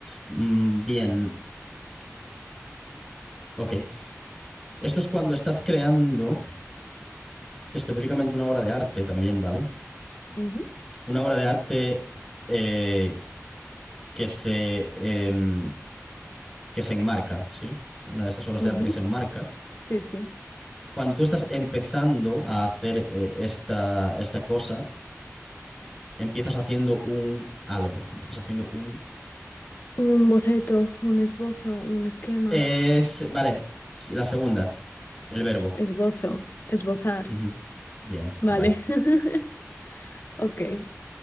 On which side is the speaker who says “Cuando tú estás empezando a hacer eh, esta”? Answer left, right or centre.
Centre